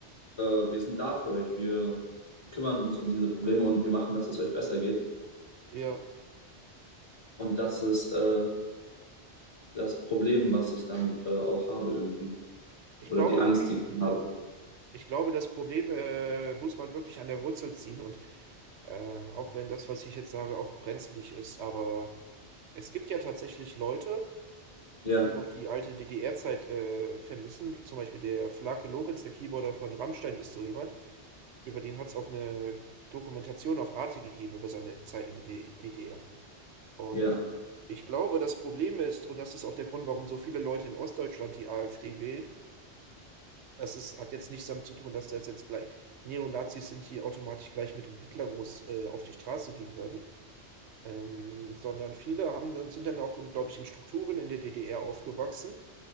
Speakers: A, on the left (about 25°); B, on the right (about 75°).
A: äh, wir sind da für euch, wir kümmern uns um diese Probleme und wir machen, dass es euch besser geht.
B: Ja,
A: Und das ist äh, das Problem, was ich dann äh, auch habe irgendwie.
B: ich
A: Oder
B: glaube,
A: die Angst,
B: denn gut,
A: die ich habe.
B: ich glaube, das Problem äh, muss man wirklich an der Wurzel ziehen und ähm, auch wenn das, was ich jetzt sage, auch brenzlig ist, aber Es gibt ja tatsächlich Leute,
A: Ja,
B: die noch die alte DDR-Zeit äh, vermissen. Zum Beispiel der Flake Lorenz, der Keyboarder von Rammstein, ist so jemand. Über den hat es auch eine Dokumentation auf Arte gegeben über seine Zeit in der D- DDR. Und
A: ja,
B: ich glaube, das Problem ist, und das ist auch der Grund, warum so viele Leute in Ostdeutschland die AfD wählen, das ist, hat jetzt nichts damit zu tun, dass das jetzt gleich Neonazis sind, die automatisch gleich mit dem Hitlergruß äh, auf die Straße gehen würden, ähm, sondern viele haben dann, sind dann auch, glaube ich, in Strukturen in der DDR aufgewachsen